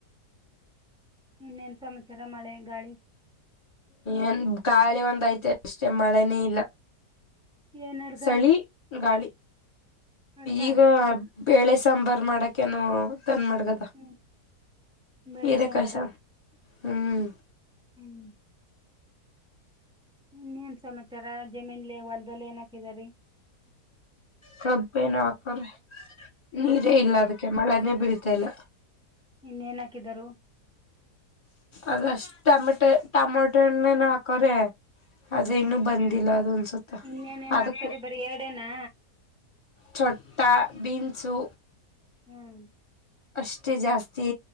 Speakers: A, in the centre; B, on the left (about 20°).
A: ಇನ್ನೇನ್ ಸಮಾಚಾರ ಮಳೆ ಗಾಳಿ
B: ಏನ್ ಗಾಳೆ ಒಂದ ಐತೇ ಅಷ್ಟೆ ಮಳೆನೇ ಇಲ್ಲ
A: ಏನ್ ಅಡ್ಗ
B: ಚಳಿ ಗಾಳಿ
A: ಅಡ್ಗ
B: ಈಗ ಬೇಳೆ ಸಾಂಬರ್ ಮಾಡಕೇನೋ ತಂದ ಮಡ <unintelligible>
A: ಹ್ಮ್ ಬೆಳೆ
B: ಇರೆಕಾಯಿ
A: ಸಾಂಬಾರ
B: ಸಾರು ಹ್ಮ್
A: ಹ್ಮ್ ಇನ್ ಏನ್ ಸಮಾಚಾರ ಜಮೀನ್ಲಿ ಹೊಲ್ದಲ್ಲಿ ಏನ ಹಾಕಿದರಿ
B: ಕಬ್ಬೇನು ಹಾಕವ್ರೆ ನೀರೇ
A: ಅಷ್ಟೇ
B: ಇಲ್ಲ ಅದಕ್ಕೆ ಮಳೆನೇ ಬೀಳ್ತ ಇಲ್ಲ
A: ಇನ್ನ ಏನ್ ಹಾಕಿದರೋ
B: ಅದಷ್ಟ ಟಮಟ ಟಮೊಟೊ ಇನ್ ಏನೋ ಹಾಕರೆ ಅದು
A: ಹ್ಮ್
B: ಇನ್ನು ಬಂದಿಲ್ಲ ಅದು ಅನ್ಸುತ್ತೆ
A: ಇನ್ನೇನೇನ್
B: ಅದಕ್ಕೂ
A: ಹಾಕ್ತಾರಿ ಬರೀ ಎರಡೇನಾ
B: ಚೊಟ್ಟ ಬೀನ್ಸು
A: ಹ್ಮ್
B: ಅಷ್ಟೇ ಜಾಸ್ತಿ